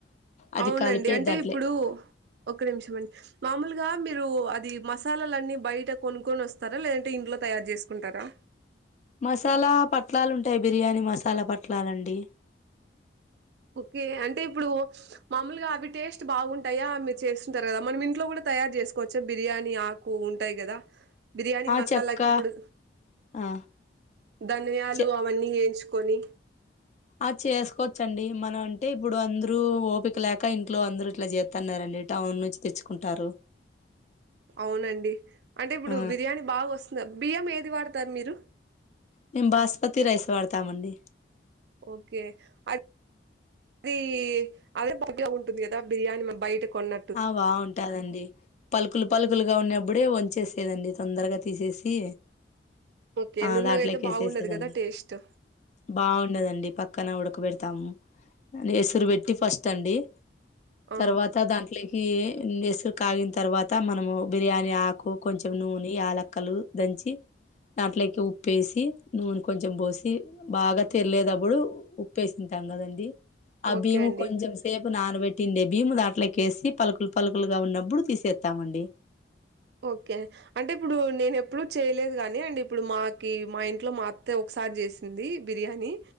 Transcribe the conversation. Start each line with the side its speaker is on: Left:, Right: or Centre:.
Left: అది
Right: అవునండి
Left: కలిపే
Right: అంటే
Left: దాంట్లే
Right: ఇప్పుడు ఒక్క నిమిషం అం మామూలుగా మీరు అది మసాలాలన్నీ బయట కొనుక్కొని వస్తారా లేదంటే ఇంట్లో తయారు చేసుకుంటారా
Left: మసాలా పట్లాలు ఉంటాయి బిర్యానీ మసాలా పట్లాలండి
Right: ఓకే అంటే ఇప్పుడు మామూలుగా అవి టేస్ట్ బాగుంటాయా మీరు చేస్తుంటారు గదా మనం ఇంట్లో కూడా తయారు చేసుకోవచ్చు బిర్యానీ ఆ కు ఉంటాయి కదా బిర్యానీ
Left: ఆ
Right: మసాలాకి
Left: చెక్క
Right: ఇప్పుడు
Left: ఆ
Right: ధన్యాలు
Left: చె
Right: అవన్నీ ఏంచుకొని
Left: అది చేసుకోవచ్చండి మనం అంటే ఇప్పుడు అందరు ఓపిక లేక ఇంట్లో అందరు ఇట్లా జేత్తన్నారండి టౌన్ నుంచి తెచ్చుకుంటారు
Right: అవునండి అంటే ఇప్పుడు
Left: ఆ
Right: బిర్యానీ బాగా వస్తుందా బియ్యం ఏది వాడతారు మీరు
Left: మేం బాస్పతి రైస్ వాడతామండి
Right: ఓకే అ అది అదే బాగా ఉంటుంది కదా బిర్యానీ మ బయట కొన్న
Left: ఆ బాగుంటాదండి పలుకులు పలుకులుగా ఉన్నబ్బుడే వంచేసేదండి తొందరగా తీసేసి
Right: ఓకే అండ్
Left: ఆ
Right: నున్నగయితే
Left: దాంట్లోకి వేసేసేదండి
Right: బాగుండదు కదా టేస్ట్
Left: బాగుండదండి పక్కన ఉడకబెడతాము ఎసురు పెట్టి ఫస్ట్ అండి
Right: ఆ
Left: తర్వాత దాంట్లో ఇట్లకి ఎసురు కాగిన తర్వాత మనము బిర్యానీ ఆకు కొంచెం నూని యాలక్కలు దంచి దాంట్లేకి ఉప్పేసి నూనె కొంచెం బోసి బాగ తెరలేదబ్బుడు ఉప్పేసింటాం కదండి ఆ
Right: ఓకే
Left: భీము
Right: అండి
Left: కొంచెం సేపు నానబెట్టిండే భీము దాంట్లేకి కేసి పలుకులు పలుకులుగా ఉన్నప్పుడు తీసేత్తామండి
Right: ఓకే అంటే ఇప్పుడు నేను ఎప్పుడు చేయలేదు కానీ అండ్ ఇప్పుడు మాకి మా ఇంట్లో మా అత్తే ఒకసారి చేస్ ది బిర్యానీ